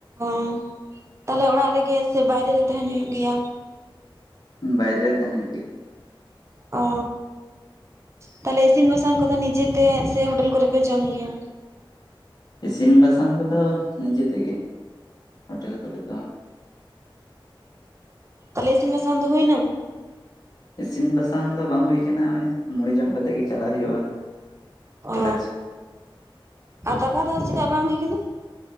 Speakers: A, on the right; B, on the left.
A: ᱚ ᱛᱟᱦᱚᱞᱮ ᱚᱲᱟᱜ ᱨᱮᱜᱮ ᱥᱮ ᱵᱟᱭᱨᱮ ᱨᱮ ᱛᱟᱦᱮᱱ ᱦᱩᱭᱩᱜ ᱜᱮᱭᱟ?
B: ᱵᱟᱭᱨᱮ ᱨᱮ ᱛᱟᱦᱮᱱ ᱦᱩᱭᱩᱜ ᱜᱮᱭᱟ᱾
A: ᱚ ᱛᱟᱦᱚᱞᱮ ᱤᱥᱤᱱ ᱵᱟᱥᱟᱝ ᱠᱚᱫᱚ ᱱᱤᱡᱮ ᱛᱮ ᱥᱮ ᱦᱳᱴᱮᱞ ᱠᱚᱨᱮ ᱯᱮ ᱡᱚᱢ ᱜᱮᱭᱟ?
B: ᱤᱥᱤᱱ ᱵᱟᱥᱟᱝ ᱠᱚᱫᱚ ᱱᱤᱡᱮ ᱛᱮᱜᱮ ᱦᱳᱴᱮᱞ ᱠᱚᱨᱮ ᱫᱚ
A: ᱛᱟᱦᱚᱞᱮ ᱤᱥᱤᱱ ᱵᱟᱥᱟᱝ ᱫᱚ ᱦᱩᱭᱱᱟ?
B: ᱤᱥᱤᱱ ᱵᱟᱥᱟᱝ ᱫᱚ ᱵᱟᱝ ᱦᱩᱭ ᱠᱟᱱᱟ ᱱᱚᱜᱼᱚᱭ ᱢᱩᱲᱤ ᱡᱚᱢ ᱠᱟᱛᱮᱜ ᱜᱮ ᱪᱟᱞᱟᱜ ᱦᱩᱭᱩᱜᱼᱟ᱾ ᱠᱚᱞᱮᱡᱽ
A: ᱚ ᱟᱨ ᱫᱟᱠᱟ ᱫᱚ ᱪᱮᱫᱟᱜ ᱵᱟᱝ ᱦᱩᱭ ᱠᱟᱱᱟ?